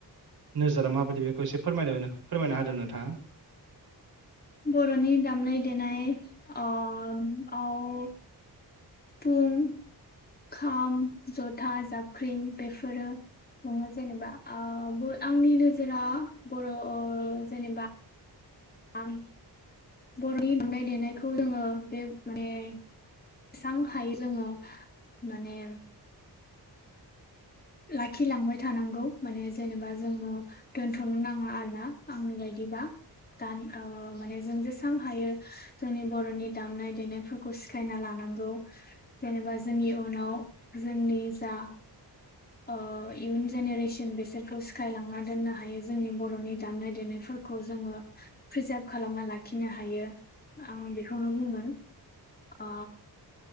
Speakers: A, on the right; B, on the left.
A: नोजोरा माबायदि बेखौ एसे फोरमायनो फोरमायना होदो नोंथाङा।
B: बर'नि दामनाय देनाय ओ आव फुं खाम जथा जाबख्रिं बेफोरो दङ जेनेबा ओ ब' आंनि नोजोरा बर' ओ जेनेबा आं बर'नि दामनाय देनायखौ जोङो बे माने जेसां हायो जोङो माने लाखिलांबाय थानांगौ माने जेनेबा जोङो दोनथ'नो नांङा आरोना आंनि बायदिबा। दान ओ माने जों जेसां हायो जोंनि बर'नि दामनाय देनायफोरखौ सिखायना लानांगौ। जेनेबा जोंनि उनाव जोंनि जा ओ इयुन जेनेरेसन बेसोरखौ सिखायलांना दोननो हायो जोंनि बर'नि दामनाय देनायफोर खौ जोङो प्रिजार्भ खालामना लाखिनो हायो आं बेखौनो बुंगोन। ओ